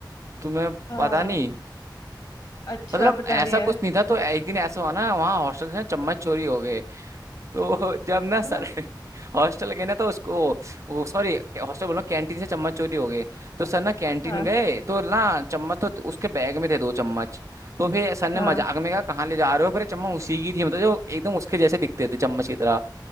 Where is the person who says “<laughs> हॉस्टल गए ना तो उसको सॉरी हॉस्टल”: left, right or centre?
Right